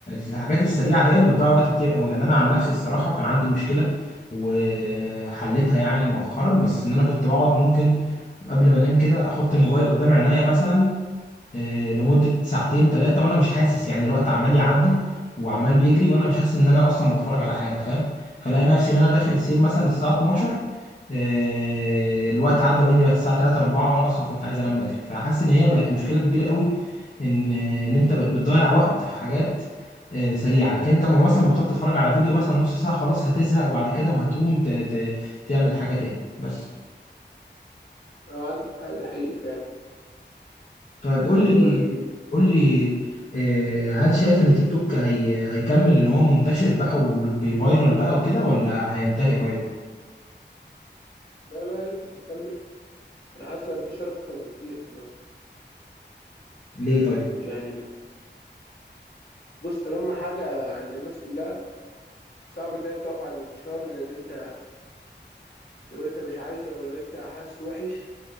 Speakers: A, on the left; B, on the left.
A: الحاجات السريعه ديت بتضيع وقت كتير قوي يعني انا عن نفسي الصراحه كان عندي مشكله وحلتها يعني مؤخرا بس ان انا كنت بقعد ممكن قبل ما انام كده احط الموبايل قدام عينيا مثلا آه، لمدة ساعتين ثلاثة وانا مش حاسس يعني الوقت عمال يعدي وعمال بيجري وانا مش حاسس ان انا اصلا بتفرج على حاجة فاهم فلاقي نفسي ان انا داخل السير مثلا الساعة 12 آه، الوقت عدى مني بقت الساعة 3 4 وانا اصلا كنت عايز انام بدري فحاسس ان هي بقت مشكلة كبيرة قوي ان ان انت بقت بتضيع وقت في حاجات آه، سريعة لكن انت لما مثلا بتقعد تتفرج على فيديو مثلا نص ساعة خلاص هتزهق وبعد كده وهتقوم ت... ت... تعمل حاجة تاني بس
B: لو عندك حق ده حقيقي فعلا
A: طيب قول
B: طب
A: لي
B: و...
A: قول لي آه، هل شايف ان تيك توك هي هيكمل ان هو منتشر بقى وبيفيرال بقى وكده ولا هينتهي قريب
B: لا لا يفضل مكمل انا حاسه انتشر اكتر بكتير كمان
A: ليه طيب
B: يعني بص لما حاجه عند الناس كلها صعب ان هي تقف عند الانتشار لان انت لو انت مش عايزه او لو انت حاسه وحش